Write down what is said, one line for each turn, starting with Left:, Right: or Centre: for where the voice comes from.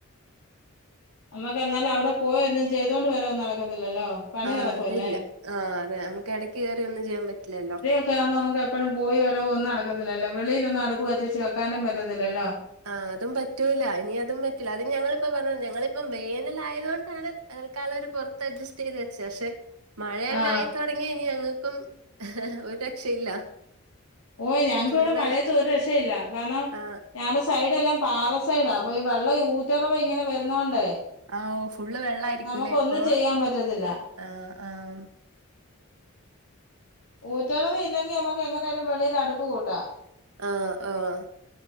Left: നമ്മക്ക് എന്നാലു അവിടെ പോയി എന്തേം ചെയ്തുകൊണ്ട് വരവ് നടക്കത്തില്ലല്ലോ. പണി
Right: ആഹ്,
Left: നടക്കുമല്ലേ
Right: അതില്ല ആ അതെ നമുക്ക് എടക്ക് കേറി ഒന്നും ചെയ്യാൻ പറ്റില്ലല്ലോ.
Left: ഒക്കെ ആവുമ്പോ നമുക്ക് എപ്പഴും പോയി വരവും ഒന്നും നടക്കത്തില്ലല്ലോ, വെളിയിൽ ഒന്നും അടുപ്പ് കത്തിച്ച് വെക്കാനും പറ്റത്തില്ലല്ലോ.
Right: ആ അതും പറ്റൂല ഇനി അതും പറ്റൂല അത് ഞങ്ങളിപ്പ പറഞ്ഞ ഞങ്ങളിപ്പം വേനലായ തോണ്ടാണ് തൽക്കാലം ഒരു പൊറത്ത് അഡ്ജസ്റ്റ് ചെയ്ത് വെച്ചേ പക്ഷെ, മഴ എങ്ങ
Left: ആ
Right: ആയിതൊടങ്ങിയ ഇനി ഞങ്ങക്കും ഹ്, ഹ് ഒരു രക്ഷയില്ല.
Left: ഓഹ്, ഞങ്ങക്ക്
Right: ഫുള്ള്
Left: ഇവിടെ മഴയത്ത് ഒരു രക്ഷയില്ല കാരണം.
Right: ആഹ്
Left: ഞങ്ങളുടെ സൈഡ എല്ലാം പാറ സൈഡാ അപ്പൊ ഈ വെള്ളം ഊറ്ററവ ഇങ്ങനെ വരുന്നോണ്ടേ.
Right: ആ ഓഹ് ഫുള്ള് വെള്ളായിരിക്കൂലേ
Left: നമുക്ക്
Right: എപ്പളും
Left: ഒന്നും ചെയ്യാൻ പറ്റത്തില്ല
Right: ആഹ്, ആഹ്.
Left: ഊറ്ററവ ഇല്ലെങ്കിൽ നമുക്ക് എങ്ങനെയാലും വെളിയിൽ അടുപ്പ് കൂട്ടാം.
Right: ആഹ്, ആഹ്